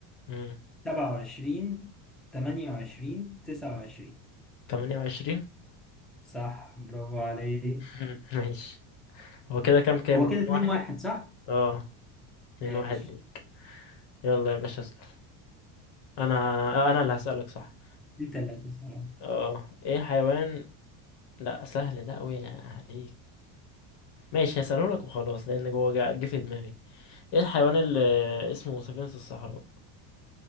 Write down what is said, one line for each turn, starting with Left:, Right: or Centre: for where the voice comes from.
Left: مم.
Centre: سبعة وعشرين تمانية وعشرين تسعة وعشرين
Left: 28
Centre: صح برافو عليك
Left: <laughs> ماشي هو كده كام كام
Centre: هو
Left: اتنين
Centre: كده اتنين
Left: واحد
Centre: واحد صح؟
Left: اه اتنين
Centre: ماشي
Left: واحد ليك يلا يا باشا اسأل انا آه، انا اللي هسألك صح
Centre: دي تلاتة صراحة
Left: اه ايه الحيوان لا سهل ده اوي عليك ماشي هسأله لك وخلاص لان هو جا- جه في دماغي ايه الحيوان اللي اسمه سفينة الصحراء